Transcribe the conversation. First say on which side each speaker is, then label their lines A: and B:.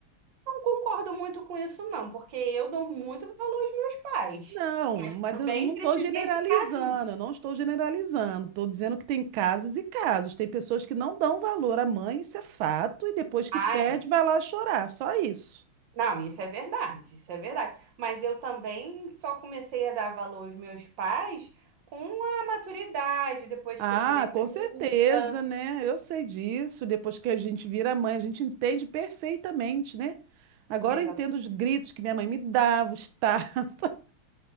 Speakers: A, on the right; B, on the right.
A: não concordo muito com isso, não, porque eu dou muito valor aos meus pais,
B: Não,
A: mas
B: mas
A: também
B: eu não
A: precisei
B: estou generalizando,
A: ficar adulta.
B: eu não estou generalizando. Estou dizendo que tem casos e casos. Tem pessoas que não dão valor à mãe, isso é fato, e depois que
A: Ah,
B: perde,
A: é.
B: vai lá chorar, só isso.
A: não, isso é verdade, isso é verdade. Mas eu também só comecei a dar valor aos meus pais com a maturidade, depois
B: Ah,
A: que eu virei
B: com
A: adulta.
B: certeza, né? Eu sei disso. Depois que a gente vira mãe, a gente entende perfeitamente, né? Agora
A: Exato.
B: eu entendo os gritos que minha mãe me dava, os tapas.